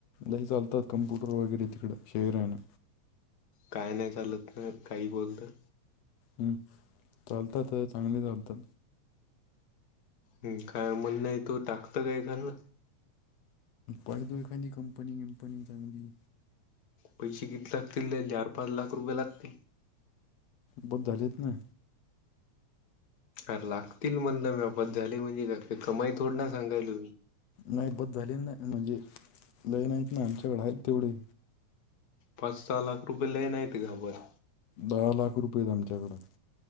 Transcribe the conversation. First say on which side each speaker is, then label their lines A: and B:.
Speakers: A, on the left; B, on the left.
A: लई चालतात कंम्पूटर वगैरे तिकडं शहिरायणं.
B: काय नाही चालत न तर काही बोलतांत.
A: हम्म चालतात चांगली चालतात.
B: हम काय म्हण हाय तुव टाकत काय एखांद?
A: पायतो एखांदी कंपनी गिमंपनी चांगली.
B: पैशे किती लागतील त्याले चार पाच लाख रुपये लागतील?
A: बस झालेत ना.
B: आर लागतील म्हणलं म्या बस झाले म्हणजे का कमाई थड ना सांगायलोय.
A: नाही बत झालेली नाही म्हणजे लै नाहीत ना आमच्याकडें आहेत तेवढे
B: पाच सहा लाख रुपये लय नाही की घाबर
A: दहा लाख रुपये हायेत आमच्याकडं.